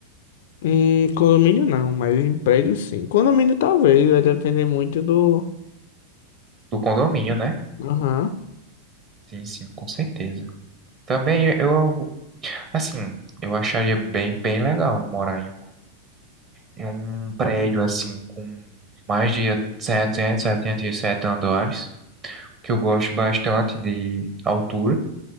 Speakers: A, on the left; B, on the right.
A: Em condomínio não, mas em prédio sim. Condomínio talvez, vai depender muito do.
B: Do condomínio, né?
A: Aham.
B: Sim, sim, com certeza. Também eu, assim, eu acharia bem, bem legal morar em um, em um prédio assim, com mais de 777 andares, que eu gosto bastante de altura,